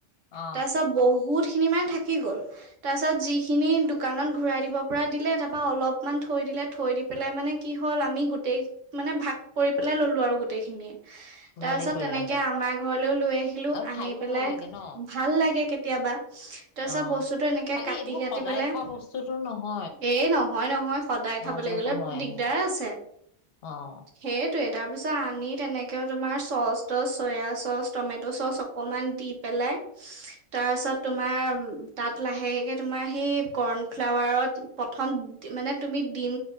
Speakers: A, on the left (about 55°); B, on the right (about 80°).
A: অ',
B: ত চব বহুত বহুতখিনি মান থাকি গ'ল তাৰপিছত যিখিনি দোকানত ঘূৰাই দিব কপুৰা দিলে তাৰপৰা অলপমান থৈ দিলে থৈ দি পেলাই মানে কি হ'ল আমি গোটেই মানে ভাগ কৰি পেলাই ল'লোঁ আৰু গোটেইখিনিয়ে তাৰ
A: ভালে
B: পিছত
A: কৰিলা
B: তেনেকে আমাৰ ঘৰলৈও লৈ আহিলো
A: আৰু
B: আনি
A: খাইও
B: পেলাই
A: ভাল লাগে ন
B: ভাল লাগে কেতি কেতিয়াবা তাৰপিছত
A: অ
B: বস্তুটো এনেকে
A: খালি
B: কাটি
A: এইবোৰ
B: কাটি
A: সদায়
B: পেলাই
A: খোৱা বস্তুতো নহয়
B: এ নহয় নহয় সদায়
A: মাজে
B: খাবলৈ গলে
A: সময়েহে
B: দিগদাৰ আছে
A: অ',
B: সেই সেইটোৱে তাৰপিছত আনি তেনেকৈ তোমাৰ চচ টচ চয়া চচ টমেট' চচ অকণমান দি পেলাই তাৰপিছত তোমাৰ তাত লাহেকৈ তোমাৰ সেই কৰ্ণফ্লাৱাৰত প্ৰথম মানে তুমি দিম